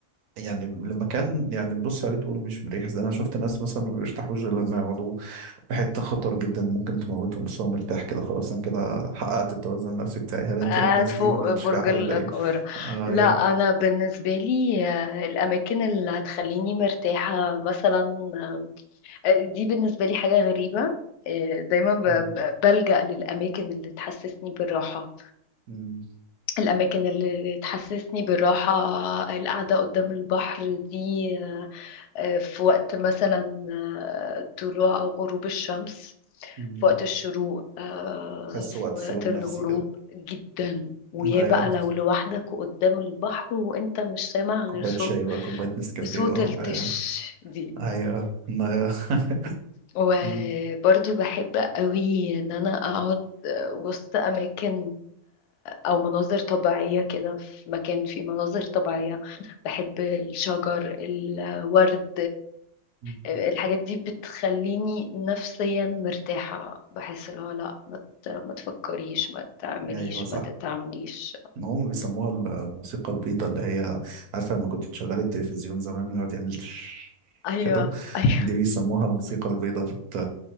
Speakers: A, on the right; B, on the left.
A: يعني المكان يعني تبص عليه تقول مش مريح زي انا شفت ناس مثلا ما بيرتاحوش غير لما يقعدوا في حته خطر جدا ممكن تموتهم بس هو مرتاح كده خلاص انا كده حققت التوازن النفسي بتاعي هل انت
B: قاعد
A: من الناس
B: فوق
A: دي ولا بتشوفيها
B: برج
A: حاجه
B: القاهره
A: غريبه ايوه
B: لا انا بالنسبه لي آه، الاماكن اللي هتخليني مرتاحه مثلا آه، دي بالنسبه لي حاجه غريبه آه، دايما ب-
A: مم.
B: ب- بلجأ للاماكن اللي تحسسني بالراحه
A: مم.
B: الأماكن اللي تحسسني بالراحة القعدة قدام البحر دي آه، آه، في وقت مثلا آه، طلوع أو غروب الشمس
A: مم.
B: في وقت الشروق آه،
A: حس
B: في
A: وقت
B: وقت
A: سلام
B: الغروب
A: نفسي كده
B: جدا ويا
A: ايوه
B: بقى لو لوحدك وقدام البحر وانت مش سامع غير
A: كوبايه
B: صوت
A: شاي بقى كوبايه نسكافيه
B: صوت
A: بقى
B: التش
A: ايوه
B: دي
A: ايوه ما- <laughs>
B: وبرضو
A: مم.
B: بحب قوي ان انا اقعد وسط اماكن او مناظر طبيعية كده في مكان فيه مناظر طبيعية بحب الشجر الورد
A: مم.
B: الحاجات دي بتخليني نفسيا مرتاحة بحس اللي هو لا ما ت- ما تفكريش ما تعمليش
A: ايوه صح
B: ما تتعمليش
A: ما هم بيسموها ال- الموسيقى البيضاء اللي هي عارفه لما كنت تشغلي التلفزيون زمان ويقعد يعمل تش
B: ايوه
A: كده
B: ايوه
A: دي بيسموها الموسيقى البيضاء بت...